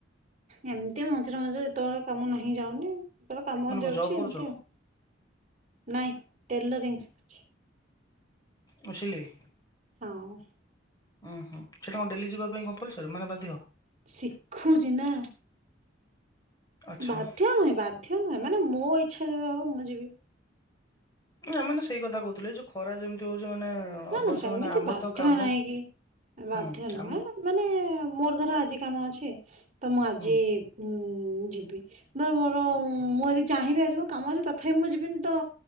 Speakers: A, on the right; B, on the left.
A: ଏମିତି ମଝିରେ ମଝିରେ ଯେତଳେ କାମ ନାହିଁ ଯାଉନି। ଯେତଳେ କାମ
B: ମାନେ
A: ହେନେ
B: କଣ
A: ଯାଉଛି
B: ଜବ୍ କରୁଛ
A: ଏମିତି ଆଉ ନାଇଁ ଟେଲରିଂ ଶିଖିଛି।
B: ମୁଁ ସିଲେଇ
A: ହଁ
B: ଉୁଁ ହୁଁ ସେଟା କଣ ଡେଲି ଯିବା ପାଇଁ କମ୍ପଲସରି ମାନେ ବାଧ୍ୟ?
A: ଶିଖୁଛି ନା।
B: ଆଚ୍ଛା
A: ବାଧ୍ୟ ନୁହେଁ ବାଧ୍ୟ ନୁହେଁ ମାନେ ମୋ ଇଚ୍ଛା ଯେବେ ହବ ମୁଁ ଯିବି।
B: ନା ମାନେ ସେଇ କଥା କହୁଥିଲେ ଯୋଉ ଖରା ଯେମିତି ହଉଚି ମାନେ
A: ନା
B: ଅବଶ୍ୟ
A: ନା ସେମିତି
B: ମାନେ ଆମେ
A: ବାଧ୍ୟ
B: ତ କାମ
A: ନାଇଁ କି ବାଧ୍ୟ
B: ହୁଁ
A: ନୁହଁ
B: ଆମ
A: ହେଲା। ମାନେ ମୋର ଧର ଆଜି କାମ ଅଛି ତ ମୁଁ ଆଜି
B: ହୁଁ
A: ମୁଁ ଯିବି ଧର ମୋର ମୁଁ ଯଦି ଚାହିଁବି ଆଜି ମୋ କାମ ଅଛି ତଥାପି ମୁଁ ଯିବିନି ତ